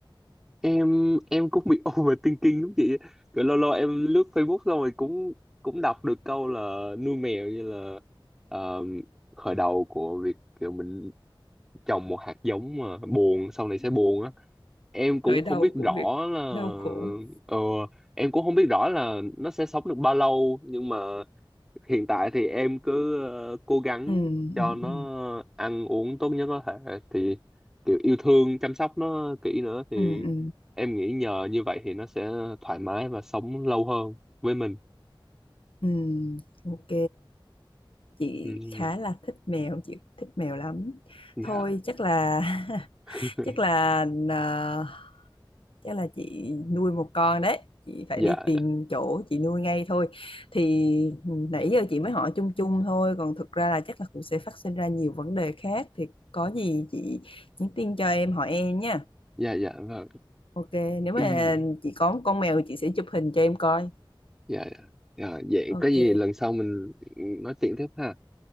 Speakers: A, in the centre; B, on the left.
A: em em cũng bị <laughs> overthinking lắm chị Kiểu lâu lâu em lướt Facebook xong rồi cũng cũng đọc được câu là nuôi mèo như là ờ, khởi đầu của việc kiểu mình trồng một hạt giống mà buồn sau này sẽ buồn á em cũng
B: Thời đau
A: không biết
B: của
A: rõ
B: việc
A: là
B: đau khổ.
A: ờ, em cũng không biết rõ là nó sẽ sống được bao lâu nhưng mà hiện tại thì em cứ ờ, cố gắng
B: Ừ,
A: cho
B: ừ,
A: nó
B: ừ,
A: ăn uống tốt nhất có thể thì kiểu yêu thương chăm sóc nó kỹ nữa thì
B: ừ, ừ,
A: em nghĩ nhờ như vậy thì nó sẽ thoải mái và sống lâu hơn với mình
B: ừ, ok. chị
A: ừ,
B: khá là thích mèo chị thích mèo lắm
A: dạ
B: thôi chắc là <laughs>
A: <laughs>
B: chắc là ờ, chắc là chị nuôi một con đấy chị phải
A: dạ
B: đi tìm chỗ chị nuôi ngay thôi thì nãy giờ chị mới hỏi chung chung thôi còn thực ra là chắc là cũng sẽ phát sinh ra nhiều vấn đề khác thì có gì chị nhắn tin cho em hỏi em nha
A: dạ dạ vâng
B: ok nếu mà
A: <clears throat>
B: chị có một con mèo chị sẽ chụp hình cho em coi
A: dạ dạ Dạ, vậy
B: ok
A: có gì lần sau mình nói chuyện tiếp ha